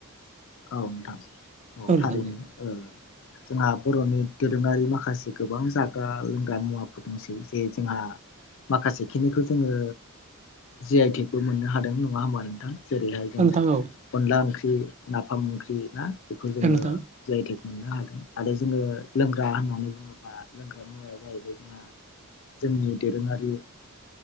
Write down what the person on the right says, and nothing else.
नोंथां दे
औ नोंथां औ
औ नोंथां